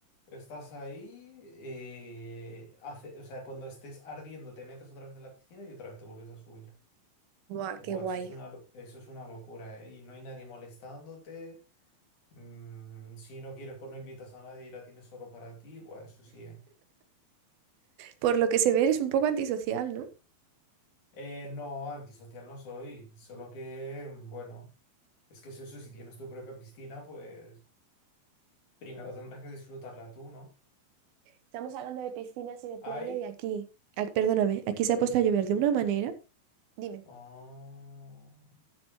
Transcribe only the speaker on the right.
Buah,
qué guay.
Por lo que se ve, eres un poco antisocial, ¿no?
Estamos hablando de piscinas y de playa
y aquí. Ah, perdóname, aquí se ha
puesto a llover de una manera. Dime.